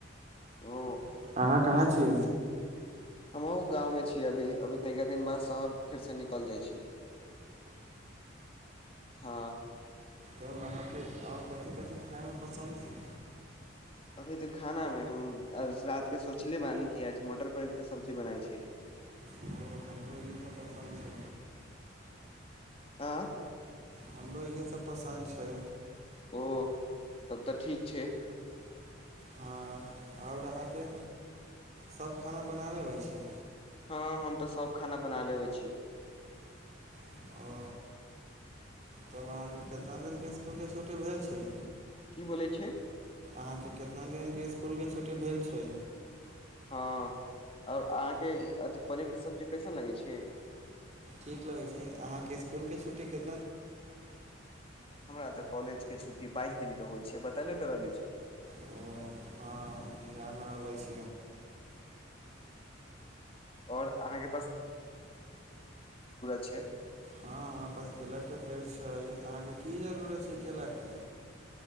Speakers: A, on the left; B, on the right.
A: ओ
B: अहाँ कहाँ छियै
A: हमहुँ गाममे छियै। अभी-अभी तऽ एका दिन बाद शहर। फेरसँ निकल जाइ छी हँ
B: तब अहाँके आउ कथी कथी खाइमे पसन्द छी
A: अभी तऽ खानामे हम रातिकेँ सोचले बानी कि आज मटर पनीरके सब्जी बनाै छी
B: ओ हमराो इह त पसन्द छै
A: आ
B: हमराो इ पसन्द छै
A: ओ तब तऽ ठीक छै
B: हँ आओर अहाँके सभ खाना बना लेबै छी
A: हँ हम तऽ सभ खाना बना लेबै छी
B: ओ तब अहाँके कतना दिनके इकुलके छुट्टी भेल छै
A: की बोलै छै
B: अहाँके कितना दिन के इसकुलके छुट्टी भेल छै
A: हँ आओर अहाँके अथि पनीरके सब्जी कैसन लगै छै
B: ठीक लगै छै अहाँके इसकुल के छुट्टी कत
A: हमरा तऽ कॉलेज के छुट्टी बाइस दििन के होल छै बतले त रहले छी
B: ओ हँ ान ने ईश
A: ओर अहाँके छै
B: हँ हमरा पास केरेलाके पेड़ छै अहाँके की जरूरत छै केरेलाके